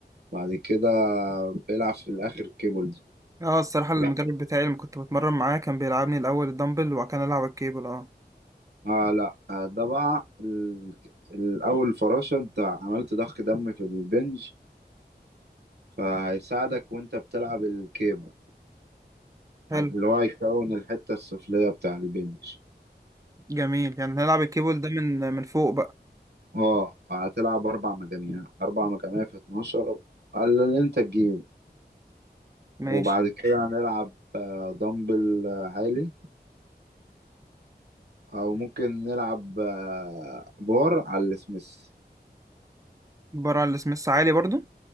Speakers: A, on the right; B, on the right.
A: بعد كده بيلعب في الآخر الكيبل دي
B: اه الصراحة المدرب
A: لا
B: بتاعي اللي كنت بتمرن معاه كان بيلعبني الأول الدمبل وكان ألعب الكيبل اه
A: اه لا آه، ده بقى ال... الأول فراشة انت عملت ضخ دم في البنج فهيساعدك وانت بتلعب الكيبل
B: حلو
A: اللي هو هيكون الحتة السفلية بتاع البنش
B: جميل يعني هنلعب الكيبل ده من من فوق بقى
A: اه هتلعب أربع مجاميع أربع مجاميع في 12 على اللي انت تجيبه
B: ماشي
A: وبعد كده هنلعب آه، دمبل آه، عالي أو ممكن نلعب آه، بار على السميث
B: بره على السميث عالي برضو